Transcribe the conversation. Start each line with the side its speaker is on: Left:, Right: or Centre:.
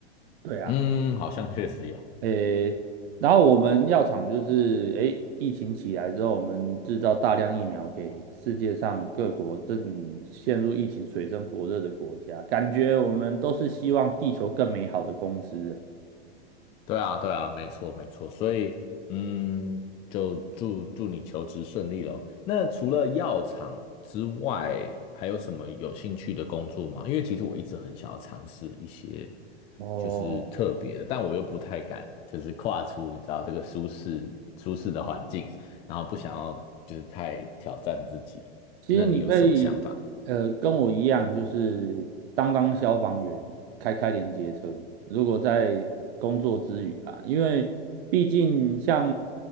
Right: 对啊。
Left: 嗯，好像确实有。
Right: 诶，然后我们药厂就是诶，疫情起来之后，我们制造大量疫苗给世界上各国正陷入疫情水深火热的国家，感觉我们都是希望地球更美好的公司。
Left: 对啊，对啊，没错，没错。所以嗯，就祝祝你求职顺利咯。那除了药厂之外，还有什么有兴趣的工作吗？因为其实我一直很想要尝试一些
Right: 哦，
Left: 就是特别的，但我又不太敢，就是跨出你知道这个舒适舒适的环境，然后不想要就是太挑战自己。
Right: 其实你可以，
Left: 那你有什么想法？
Right: 呃，跟我一样，就是当当消防员，开开连接车。如果在工作之余啊，因为毕竟像